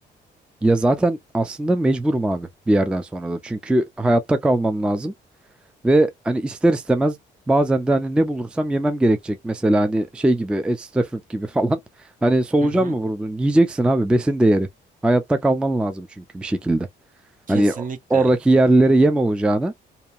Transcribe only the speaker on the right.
Hı hı.
Kesinlikle.